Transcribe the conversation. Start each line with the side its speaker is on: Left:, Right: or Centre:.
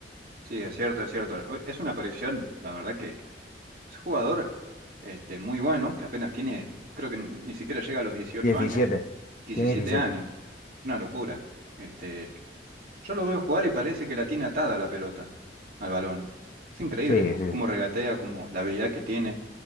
Right: Sí, es cierto, es cierto. Es una aparición, la verdad que es un jugador este, muy bueno, que apenas tiene, creo que ni siquiera llega a los 18
Left: diecisiete
Right: años, 17
Left: tiene diecisiete
Right: años. Una locura. Este, Yo lo veo jugar y parece que la tiene atada la pelota al balón. Es increíble
Left: Sí,
Right: c-
Left: sí.
Right: cómo
Left: sí.
Right: regatea, cómo la habilidad que tiene.